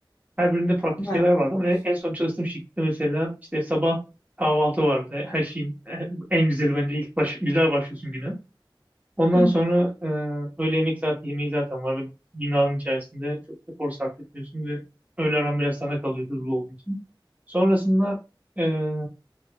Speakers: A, on the right; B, on the left.
A: Her birinde farklı
B: Bayağı
A: şeyler vardı
B: olmuş.
A: ama en en son çalıştığım şirkette mesela işte sabah kahvaltı vardı. Her şeyin <laughs> e, en güzeli bence ilk baş, güzel başlıyorsun güne. Ondan
B: <laughs>
A: sonra e, öğle yemek saat, yemeği zaten var ve binanın içerisinde çok efor sarf etmiyorsun ve öğle aran biraz sana kalıyor hızlı olduğu için. Sonrasında e,